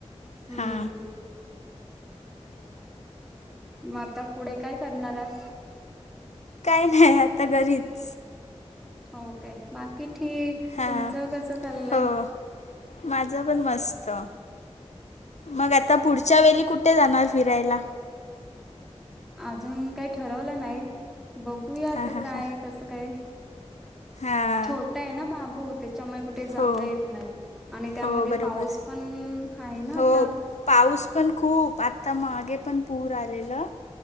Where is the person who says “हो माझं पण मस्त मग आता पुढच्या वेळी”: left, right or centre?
Left